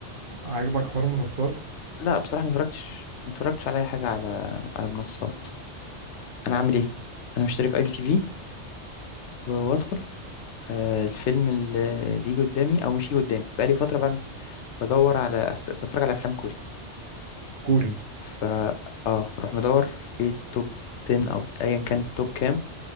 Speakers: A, on the right; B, on the left.
A: عاجبك حوار المنصات
B: لا بصراحة ما اتفرجتش ما اتفرجتش على اي حاجة على على منصات انا عامل ايه انا مشترك اي بي تي في وادخل آه الفيلم اللي اللي يجي قدامي او مش يجي قدامي بقالي فترة بعمل بدور على أف... بتفرج على افلام كوري
A: كوري
B: ف اه اروح مدور ايه التوب 10 او ايا كان التوب كام